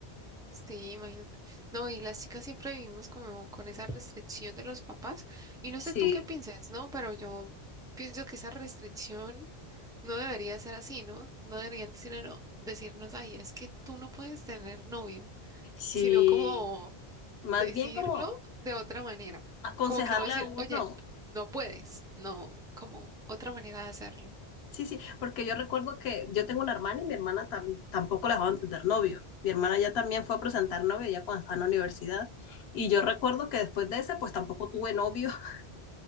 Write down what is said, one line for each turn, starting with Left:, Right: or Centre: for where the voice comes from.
Centre: sí, imagínate. No, y las chicas siempre vivimos como con esa restricción de los papás. Y no
Left: Sí,
Centre: sé tú qué piensas, ¿no? Pero yo pienso que esa restricción no debería ser así, ¿no? No deberían decirnos, decirnos, ay, es que tú no puedes tener novio,
Left: sí.
Centre: sino como
Left: Más
Centre: decirlo
Left: bien como
Centre: de otra manera.
Left: aconsejarle
Centre: Como que no decir,
Left: a uno.
Centre: oye, no puedes. No, como otra manera de hacerlo.
Left: Sí, sí, porque yo recuerdo que yo tengo una hermana y mi hermana tam- tampoco la dejaban tener novio. Mi hermana ya también fue a presentar novio ya cuando estaba en la universidad. Y yo recuerdo que después de ese, pues tampoco tuve novio. <laughs>